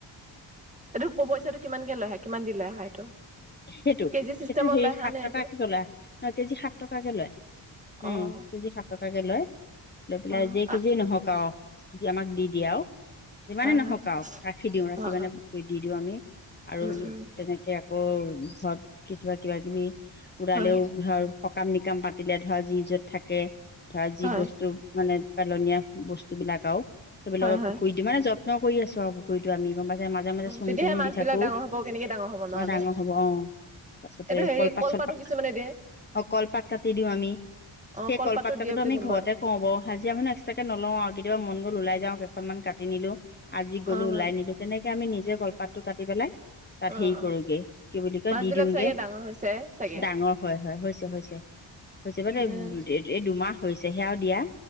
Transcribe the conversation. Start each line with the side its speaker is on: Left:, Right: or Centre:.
Right: এইটো পইচাটো কিমানকে লয় আহা কিমান দিলে আহা এইটো?
Left: সেইটো
Right: কেজি চিষ্টেমত
Left: সেইটো হেৰি
Right: লৈ আহা
Left: সাত
Right: নে
Left: টকাকে
Right: এইটো?
Left: ললে ন কেজি সাত টকাকে লয়। উম
Right: অ',
Left: কেজি সাত টকাকে লয়। লৈ পেলাই
Right: অ',
Left: যেই কেজিয়ে
Right: অ',
Left: নহওক আও সি আমাক দি দিয়ে আও। যিমানে
Right: হয়,
Left: নহওক
Right: হয়,
Left: আও ৰাখি দিওঁ ৰাখি
Right: অ',
Left: মানে
Right: অ',
Left: পুখুৰীত দি দিওঁ আমি আৰু
Right: উম, উম,
Left: তেনেকে ক ঘৰত কেতিয়াবা কিবা কিবি পুৰালেও
Right: হয়,
Left: ধৰক সকাম নিকাম পাতিলে ধৰা যি য'ত থাকে ধৰা যি
Right: হয়,
Left: বস্তু মানে পেলনীয়া বস্তু বিলাক আও সেইবিলাকক
Right: হয়, হয়,
Left: পুখুৰী দি মানে যত্ন কৰি আছো আৰু পুখুৰীটো আমি গম পাইছে, মাজে মাজে চূণ-তুণো
Right: তেতিয়াহে মাছবিলাক
Left: দি থাকো।
Right: ডাঙৰ হ'ব, কেনেকে ডাঙৰ হ'ব নহ'লে।
Left: অ ডাঙৰ হ'ব অ তাৰপিছতে
Right: এইটো হেৰি
Left: কলপাত
Right: কলপাতো
Left: চলপাত
Right: কিছুমানে দিয়ে,
Left: অ কলপাত কাটি দিও আমি।
Right: অ',
Left: সেই
Right: কলপাতো
Left: কলপাত কটাতো
Right: দিয়ে বুলি
Left: আমি
Right: গম
Left: ঘৰতে
Right: পালোঁ,
Left: কওঁ বাৰু হাজিৰা মানে এক্সট্ৰাকে নলওঁ আৰু কেতিয়াবা মন গ'ল ওলাই যাওঁ। অকনমান কাটি নিলো আজি গলো
Right: অ',
Left: ওলাই নিলো তেনেকে আমি নিজে কলপাতটো কাটি পেলাই তাত
Right: অ',
Left: হেৰি
Right: অ'।
Left: কৰোগে কি বুলি কয়
Right: মাছ
Left: দি
Right: বিলাক
Left: দিওঁগে
Right: চাগে ডাঙৰ হৈছে চাগে
Left: ডাঙৰ হয় হয় হৈছে হৈছে। হৈছে মানে
Right: উম
Left: এই দুমাহ হৈছেহে আও দিয়া